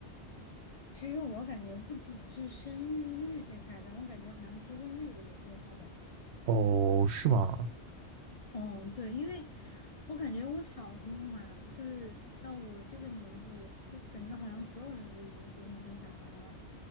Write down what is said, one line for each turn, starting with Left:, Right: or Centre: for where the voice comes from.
Left: 其实我感觉不仅是生育率在下降，我感觉好像结婚率的也在下降。
Right: 哦，是吗？
Left: 哦，对，因为我感觉我小时候嘛，就是到我这个年纪，就感觉好像所有人都已经结婚生小孩儿了，